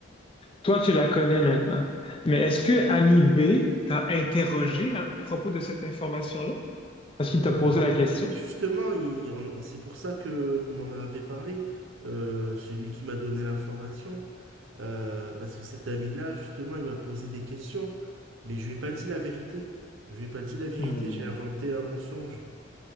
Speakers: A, on the left (about 25°); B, on the right (about 75°).
A: Toi, tu la connais maintenant. Mais est-ce que ami B t'a interrogé à propos de cette information-là? Est-ce
B: Euh,
A: qu'il t'a posé la question?
B: oui, justement, il en- c'est pour ça qu'il m'en avait parlé, euh, celui qui m'a donné l'information, euh, parce que cet ami-là, justement, il m'a posé des questions, mais je lui ai pas dit la vérité. Je lui ai pas dit la vérité,
A: Hmm.
B: j'ai inventé un mensonge.